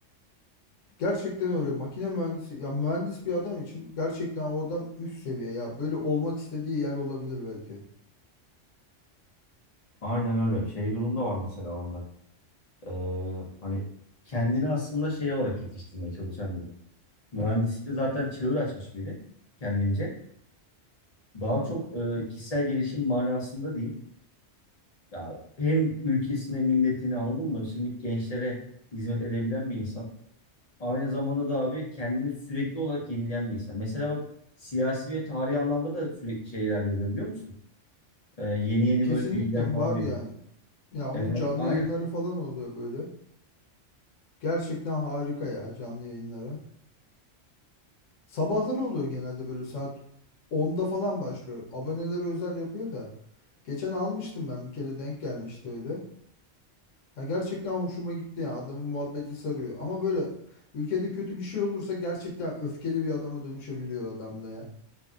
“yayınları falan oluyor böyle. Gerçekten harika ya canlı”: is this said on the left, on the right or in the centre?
Left